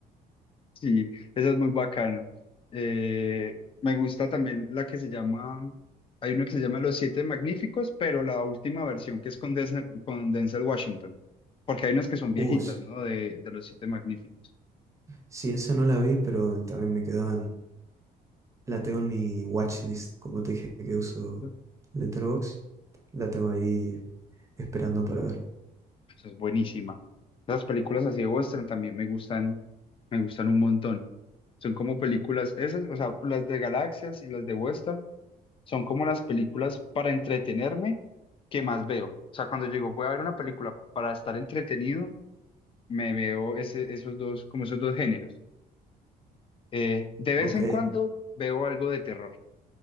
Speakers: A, on the left; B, on the right.
A: Sí, esa es muy bacana. Eh, me gusta también la que se llama, hay una que se llama Los Siete Magníficos, pero la última versión que es con Denzel, con Denzel Washington, porque hay unas que son viejitas,
B: Uh, s-
A: ¿no? De, de Los Siete Magníficos.
B: sí, esa no la vi, pero también me quedó La tengo en mi watchlist, como te dije que uso
A: Ujú.
B: Letterboxd, la tengo ahí esperando para ver.
A: Esa es buenísima. Las películas así de western también me gustan, me gustan un montón. Son como películas, esas, o sea, las de galaxias y las de western son como las películas para entretenerme que más veo. O sea, cuando yo digo, voy a ver una película para estar entretenido, me veo ese- esos dos, como esos dos géneros. Eh, de vez
B: Ok.
A: en cuando veo algo de terror,